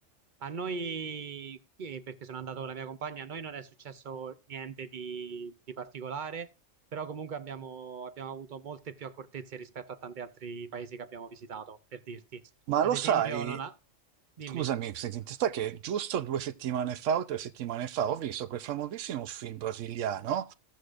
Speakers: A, on the right; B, on the right.
A: A noi, eh, perché sono andato con la mia compagna, a noi non è successo niente di, di particolare, però comunque abbiamo, abbiamo avuto molte più accortezze rispetto a tanti altri paesi che abbiamo visitato, per dirti.
B: ma
A: Ad
B: lo sai,
A: esempio, non ha... Dimmi,
B: scusami se ti interessa, che giusto due settimane fa o tre settimane fa ho visto quel famosissimo film brasiliano